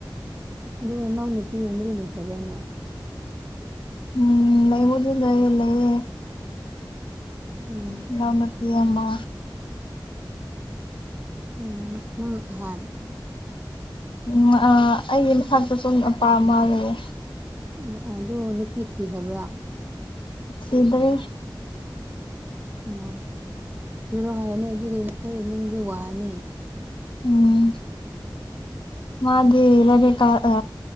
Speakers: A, on the right (about 25°); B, on the left (about 85°).
A: ꯑꯗꯨꯒ ꯅꯪ ꯅꯨꯄꯤꯒꯨꯝꯕꯗꯤ ꯂꯩꯇꯕ꯭ꯔꯥꯅꯦ
B: ꯎꯝ ꯂꯩꯕꯨꯗꯤ ꯂꯩꯌꯦ ꯂꯩꯌꯦ
A: ꯎꯝ
B: ꯏꯅꯥꯎꯅꯨꯄꯤ ꯑꯃ
A: ꯎꯝ ꯅꯪꯅ ꯑꯍꯟ
B: ꯎꯝ ꯑ ꯑꯩꯒꯤ ꯃꯊꯛꯇ ꯁꯨ ꯅꯨꯄꯥ ꯑꯃ ꯂꯩꯌꯦ
A: ꯑꯣ ꯑꯣ ꯑꯗꯨ ꯅꯨꯄꯤ ꯊꯤꯈꯕ꯭ꯔꯥ
B: ꯊꯤꯗ꯭ꯔꯤ
A: ꯑꯣ ꯊꯤꯔꯣ ꯍꯥꯏꯌꫭꯅꯦ ꯑꯗꯨꯗꯤ ꯅꯈꯣꯏ ꯏꯃꯨꯡꯒꯤ ꯋꯥꯅꯤ
B: ꯎꯝ ꯃꯥꯗꯤ ꯂꯥꯏꯔꯤꯛ ꯀꯥ ꯑ